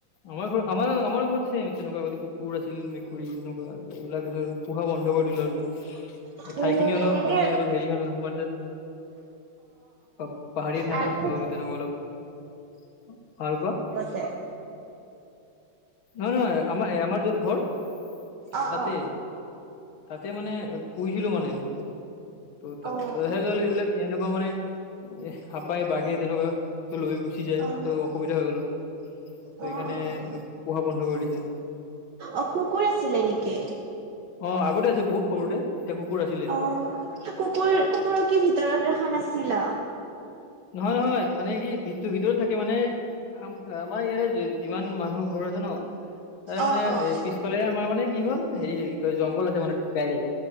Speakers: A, on the left (about 75°); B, on the right (about 65°).
A: আমাৰ ঘৰ আমাৰ আমাৰ ঘৰত ছেম তেনেকুৱা কুকুৰ আছিল মেকুৰী তেনেকুৱা এইবিলাক এইবিলাক পোহা বন্ধ কৰি দিলো আৰু।
B: <unintelligible>
A: ঠাই
B: উম,
A: খিনি অলপ
B: এনেকে
A: মানে অলপ হেৰি হয় ন সম অ পাহাৰীয়া ঠাই
B: আৰু
A: ন
B: খুব
A: ত তেনেকুৱা অলপ আৰু কোৱা
B: তে <inaudible>
A: নহয় নহয় আমাৰ আমাৰ য'ত ঘৰ
B: অ',
A: তাতে
B: অ'।
A: তাতে মানে পুহিছিলো মানে আগতে ত' ত তথ
B: অ',
A: এইবিলাক এনেকুৱা মানে হাপাই বাঘে তেনেকুৱাটো লৈ গৈছ গুচি যায়
B: অ', অ',
A: ত' অসুবিধা হয় অলপ ত
B: অ',
A: সেইকাৰণে পোহা বন্ধ কৰি দিছে
B: অ কুকুৰ আছিলে নেকি
A: অ আগতে আছিল বহুত সৰুতে তেতিয়া কুকুৰ আছিলে
B: অ কুকুৰ কুকুৰক কি ভিতৰত ৰখা নাছিলা
A: নহয় নহয় মানে কি ভিতৰ ভিতৰত থাকে মানে আম আমাৰ ইয়াৰে যিমান মানুহ ঘৰ আছে ন তাৰে মানে
B: অ', অ',
A: এ পিছফালে আমাৰ মানে কি হ'ল হেৰি জংঘল আছে মানে ডাইৰেক্ট